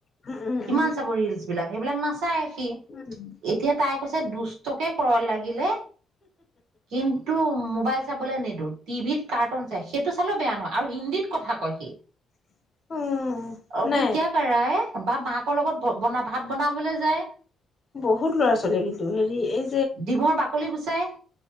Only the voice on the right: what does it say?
কিমান
চাব ৰিলচবিলাক! সেইবিলাক নাচায় সি।
এতিয়া তাই কৈছে, দুষ্টকে কৰক লাগিলে, কিন্ত -ন্তু মোবাইল চাবলৈ নিদিওঁ। টিভিত কাৰ্টুন চায়। সেইটো চালেও বেয়া নহয় আৰু হিন্দীত কথা কয় সি।
অভি
ক্যা কৰ ৰহা হ্যা? বা মাকৰ লগত বনা- ভাত বনাবলে যায়।
ডিমৰ বাকলি গুচায়।